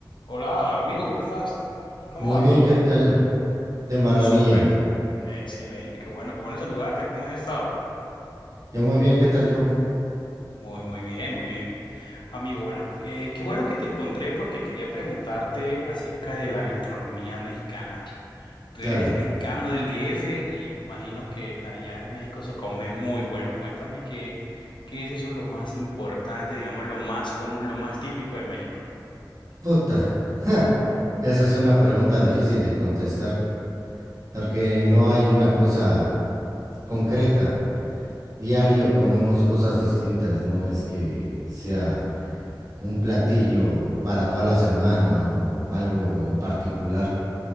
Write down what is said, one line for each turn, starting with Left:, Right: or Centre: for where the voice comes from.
Left: Hola, amigo, ¿cómo estás? ¿Cómo
Right: Muy
Left: va
Right: bien,
Left: todo?
Right: ¿qué tal? De maravilla.
Left: Súper, excelente, qué bueno, qué bueno saludarte. ¿Cómo has estado?
Right: Yo muy bien, ¿qué tal tú?
Left: Muy, muy bien, muy bien. Amigo, bueno, eh, qué bueno que te encontré porque quería preguntarte acerca de la gastronomía mexicana. Tú
Right: Claro.
Left: eres mexicano del DF y me imagino que allá en México se come muy bueno. Cuéntame qué, qué es eso lo más importante, digamos, lo más común, lo más típico de México.
Right: Puta. Ja. Esa es una pregunta difícil de contestar, porque no hay una cosa concreta. Diario comemos cosas distintas, no es que sea un platillo para toda la semana o algo en particular.